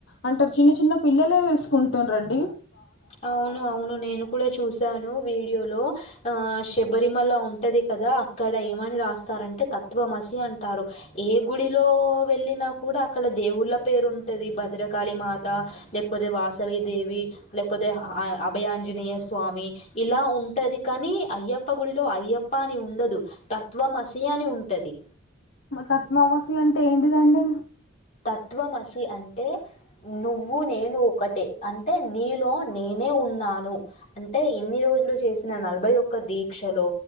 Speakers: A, on the left; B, on the left.
A: అంటారు చిన్న చిన్న పిల్లలే వేసుకుంటునండి
B: అవును అవును నేను కూడా చూసాను వీడియోలో ఆ శబరిమల ఉంటది కదా అక్కడ ఏమని రాస్తారంటే తత్వమసి అంటారు ఏ గుడిలో వెళ్ళినా కూడా అక్కడ దేవుళ్ళ పేరు ఉంటది భద్రకాళి మాత లేకపోతే వాసవీ దేవి లేకపోతే అభయాంజనేయ స్వామి ఇలా ఉంటది కానీ అయ్యప్ప గుడిలో అయ్యప్ప అని ఉండదు తత్వమసి అని ఉంటది
A: పద్మావాస్య అంటే ఏంటిదండి
B: తత్వమసి అంటే నువ్వు నేను ఒకటి అంటే నీలో నేనే ఉన్నాను అంటే ఇన్ని రోజులు చేసిన నలభై ఒక్క దీక్షలో